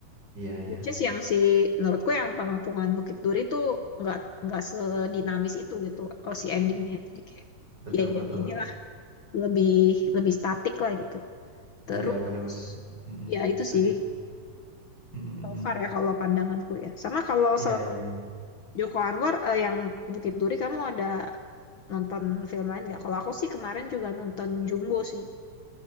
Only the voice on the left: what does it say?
Which is yang si menurutku yang pengepungan Bukit Duri tuh nggak nggak sedinamis itu gitu oh si endingnya jadi kayak
ya
yang
inilah lebih lebih statik lah gitu terus
ya itu
sih
so far ya kalau pandanganku ya sama kalau
selain
Joko Anwar eh, yang Bukit Duri kamu ada nonton film lain nggak kalau aku sih kemarin juga nonton Jumbo sih